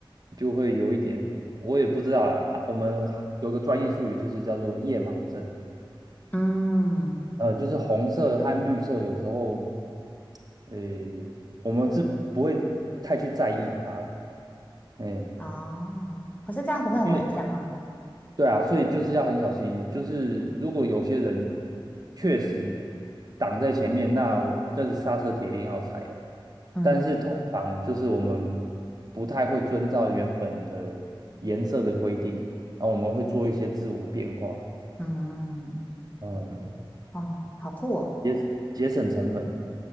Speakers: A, on the right; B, on the left.
A: 就会有一点，我也不知道啊，哈我们有个专业术语就是叫做夜盲症，
B: 嗯嗯，
A: 呃，就是红色和绿色有时候，诶，我们是不会太去在意它了，诶，
B: 哦，可是这样不会很危险吗？
A: 因为对啊，所以就是要很小心。就是如果有些人确实挡在前面，那我这个刹车铁定要踩啊。
B: 嗯
A: 但是通常就是我们不太会遵照原本的颜色的规定，那我们会做一些自我变化，
B: 嗯，
A: 嗯，
B: 哦，好酷哦，
A: 节节省成本，